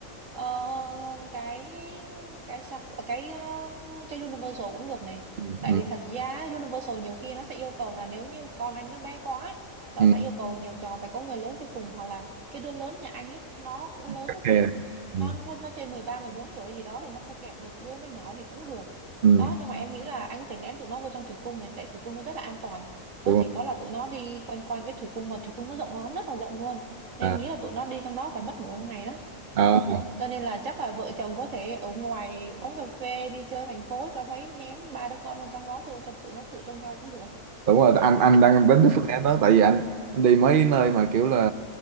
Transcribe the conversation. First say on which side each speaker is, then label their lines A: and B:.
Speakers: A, on the right; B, on the right.
A: ờ, cái cái sạp cái ờ, cái Universal cũng được này
B: ừ,
A: tại
B: ừ.
A: vì thật ra Universal nhiều khi nó sẽ yêu cầu là nếu như con anh nó bé quá nó
B: ừ,
A: sẽ yêu cầu nhiều trò phải có người lớn chơi cùng hoặc là cái đứa lớn nhà anh á nó cũng lớn
B: ok
A: nó
B: này.
A: trên
B: ừ,
A: nó nó, nó trên mười ba mười bốn tuổi gì đó thì nó không kẹp được đứa nó nhỏ thì cũng được
B: ừ,
A: đó nhưng mà em nghĩ là anh có thể ném tụi nó vô trong thủy cung này tại thủy cung nó rất là an toàn nó
B: đúng rồi
A: chỉ có là tụi nó đi quanh quanh cái thủy cung mà thủy cung nó rộng lắm rất là rộng luôn nên
B: à,
A: em nghĩ là tụi nó đi trong đó phải mất nửa ngày đó
B: à,
A: đó cho nên là chắc là vợ chồng có thể ở ngoài uống cà phê đi chơi thành phố cho mấy ném ba đứa con vào trong đó cho cho tụi nó tự trông nhau cũng được
B: đúng rồi anh anh đang tính
A: <laughs>
B: cái phương án đó tại vì anh anh đi mấy nơi mà kiểu là